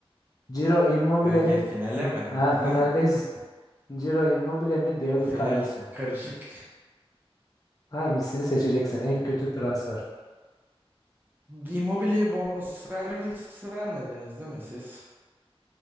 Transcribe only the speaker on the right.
Ha,
gel finale
mi? Ha,
Tamam.
<laughs> Final
karışık.
Immobile'ye bonservis vermediniz değil mi siz?